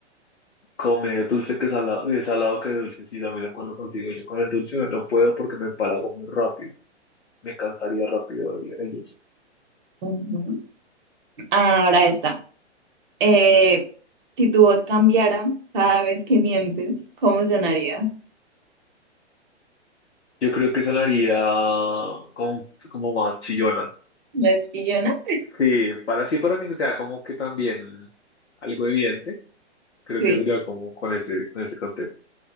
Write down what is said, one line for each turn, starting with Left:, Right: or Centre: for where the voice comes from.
Left: comer dulce que salado, de salado que dulce. Sí, también de acuerdo contigo. Yo con el dulce no puedo porque me empalago muy rápido. Me cansaría rápido el, el dulce.
Right: Ujú. Ahora está. Eh, si tu voz cambiara cada vez que mientes, ¿cómo sonaría?
Left: Yo creo que sonaría como, como más chillona.
Right: ¿Más chillona?
Left: Sí, para sí, para que sea como que también algo evidente. Creo
Right: Sí.
Left: que sería como con ese, con ese contexto.